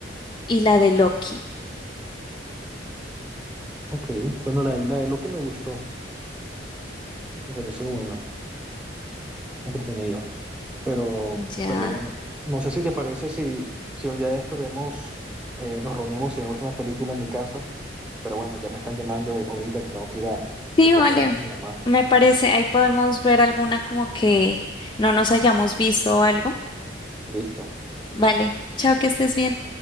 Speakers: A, on the left; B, in the centre.
A: y la de Loki.
B: Ok, bueno, la, la de que me gustó, me pareció buena, entretenida, pero,
A: Ya.
B: pero bueno, no sé si te parece si, si un día de esto vemos, eh, nos reunimos y vemos una película en mi casa, pero bueno, ya me están llamando ahorita que tengo que ir a
A: Sí,
B: recoger
A: vale,
B: a mi mamá.
A: me parece, ahí podemos ver alguna como que no nos hayamos visto o algo.
B: Listo.
A: Vale, chao, que estés bien.